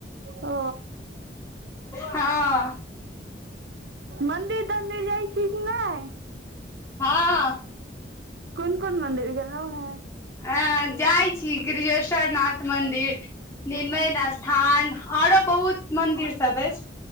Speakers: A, on the right; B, on the left.
A: ओ
B: हँ
A: मन्दिर तन्दिर जाइ छी कि नइ
B: हँ
A: कोन कोन मन्दिर गेलहु हे
B: अ जाइ छी ग्रिजेश्वरनाथ मन्दिर निर्मय स्थान आओरो बहुत मंदिर सब अछि